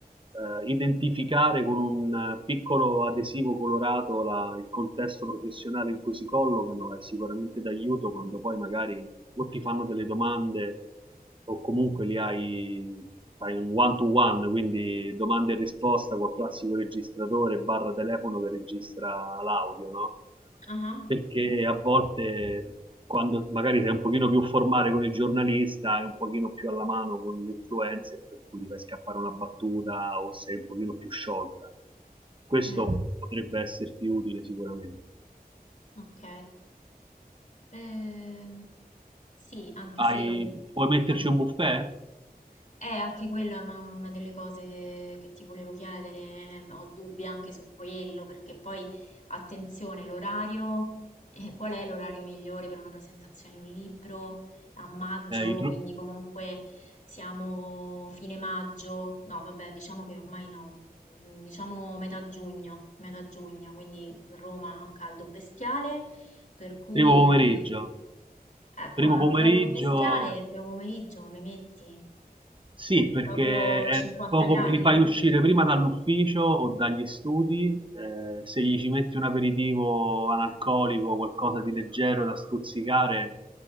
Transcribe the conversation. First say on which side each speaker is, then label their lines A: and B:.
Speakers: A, on the right (about 30°); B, on the left (about 50°).
A: Eh, identificare con un eh, piccolo adesivo colorato la- il contesto professionale in cui si collocano è sicuramente d'aiuto quando poi magari o ti fanno delle domande o comunque li hai, fai un one to one, quindi domande e risposta col classico registratore barra telefono che registra l'audio, no?
B: aha,
A: Perché a volte quando magari sei un pochino più formale con il giornalista e un pochino più alla mano con l'influencer, per cui ti fai scappare una battuta o sei un pochino più sciolta. Questo
B: mm,
A: potrebbe esserti utile sicuramente.
B: ok. Ehm, sì, anche
A: Hai,
B: se
A: puoi metterci
B: um,
A: un buffet?
B: è anche quella una, una delle cose che, che ti volevo chiedere, eh, ho dubbi anche su quello, perché poi, attenzione, l'orario, eh, qual è l'orario migliore per una presentazione di un libro? A maggio,
A: Eh, i, tru-
B: quindi comunque siamo fine maggio, no, vabbè, diciamo che ormai no, mm, diciamo metà giugno, metà giugno, quindi Roma ha un caldo bestiale, per cui...
A: Primo pomeriggio.
B: Ecco,
A: Primo
B: ma
A: pomeriggio,
B: un caldo bestiale, primo pomeriggio, mi metti
A: sì, perché
B: proprio
A: è
B: 50
A: poco,
B: gradi.
A: li fai uscire prima dall'ufficio o dagli studi, eh, se gli ci metti un aperitivo analcolico, qualcosa di leggero da stuzzicare,